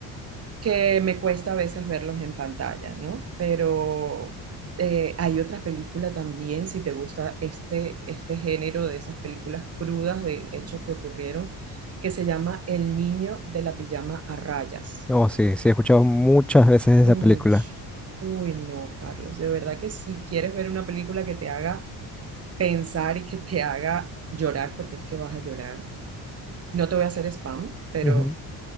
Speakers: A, on the right; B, in the centre.
A: que me cuesta a veces verlos en pantalla, ¿no? Pero eh, hay otra película también, si te gusta este, este género de esas películas crudas de hechos que ocurrieron, que se llama El niño de la pijama a rayas.
B: Oh, sí, sí, he escuchado muchas veces
A: Ush,
B: esa película.
A: uy, no, Carlos, de verdad que si quieres ver una película que te haga pensar y que te haga llorar, porque es que vas a llorar, no te voy a hacer spam, pero
B: Ujú.